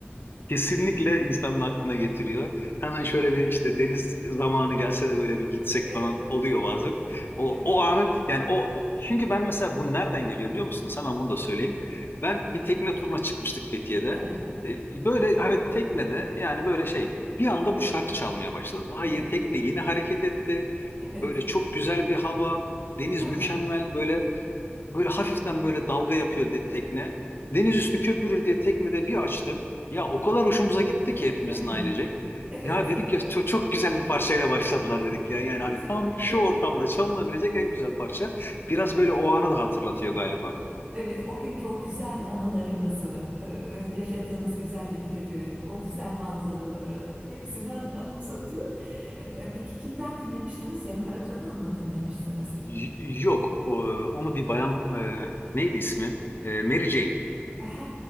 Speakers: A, on the left; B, on the right.
A: Kesinlikle insanın aklına getiriyor. Hemen şöyle bir işte deniz zamanı gelse de böyle bir gitsek
B: <laughs> Evet.
A: falan oluyor bazen. O,
B: Evet.
A: o anı yani o, o- çünkü ben mesela bu nereden geliyor biliyor musunuz? Hemen bunu da söyleyeyim. Ben bir tekne turuna çıkmıştık Fethiye'de.
B: Evet.
A: Ee, Böyle hani teknede yani böyle şey bir anda bu şarkı çalmaya başladı. Daha
B: Evet.
A: yeni tekne yeni hareket etti.
B: Evet.
A: Böyle çok güzel bir hava. Deniz
B: <laughs>
A: mükemmel böyle Böyle hafiften böyle dalga yapıyor de- tekne. Deniz üstü köpürür diye teknede bir açtım. Ya o kadar hoşumuza gitti ki hepimizin
B: Evet.
A: ailecek.
B: Evet.
A: Ya dedik ya çok, çok güzel bir parçayla başladılar dedik ya. Yani hani
B: Kesinlikle.
A: tam şu ortamda çalınabilecek en güzel parça. Biraz böyle o anı da hatırlatıyor galiba.
B: Evet, o günkü o güzel anılarınızı, e, e, yaşadığınız güzellikleri, o güzel manzaraları <laughs> hepsini an- anımsatıyor. E, e, Peki kimden dinlemiştiniz? Cem Karaca'dan mı dinlemiştiniz?
A: Y- yok o- onu bir bayan e, neydi ismi? E, Mary Jane.
B: He,